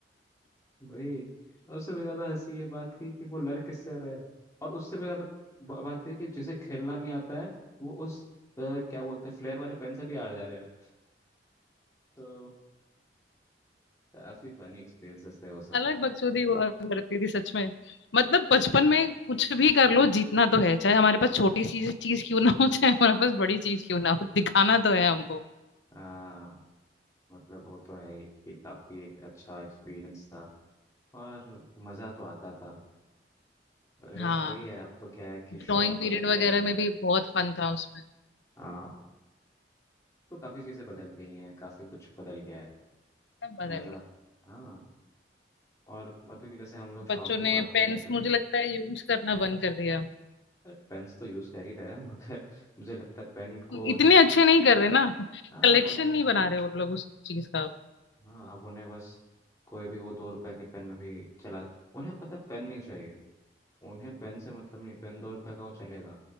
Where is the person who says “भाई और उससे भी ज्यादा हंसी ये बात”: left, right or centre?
Left